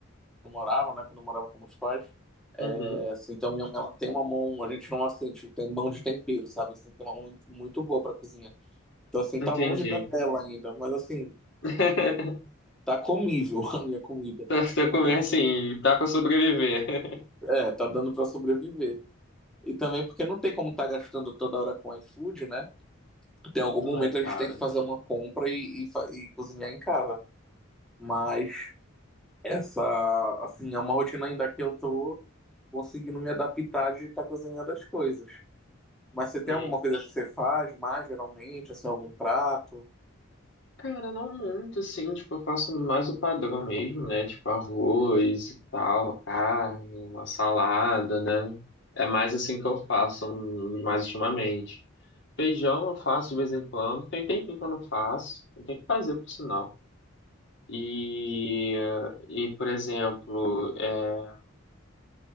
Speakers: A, in the centre; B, on the left.
A: eu morava, né? Quando eu morava com meus pais.
B: Uhum,
A: É, assim, então minha mãe ela tem uma mão, a gente não assim, tipo, tem mão de tempero, sabe? Assim, tem uma mão muito, muito boa pra cozinha. Então, assim, tá
B: entendi.
A: longe da dela ainda, mas assim,
B: <laughs>
A: tá comível <laughs> a minha comida.
B: Tá, Você começa assim, dá pra sobreviver. <laughs>
A: É, tá dando pra sobreviver. E também porque não tem como estar gastando toda hora com iFood, né? Tem algum
B: Não
A: momento
B: é, cara.
A: a gente tem que fazer uma compra e, e, fa- e cozinhar em casa. Mas essa, assim, é uma rotina ainda que eu tô conseguindo me adaptar de estar cozinhando as coisas. Mas você tem
B: Não
A: alguma
B: é-
A: coisa que você faz mais geralmente, assim, algum prato?
B: Cara, não muito, assim, tipo, eu faço mais o padrão mesmo, né? Tipo, arroz e tal, carne, uma salada, né? É mais assim que eu faço, hum, mais ultimamente. Feijão eu faço de vez em quando. Tem um tempinho que eu não faço. Tem que fazer, por sinal. E, e por exemplo, é,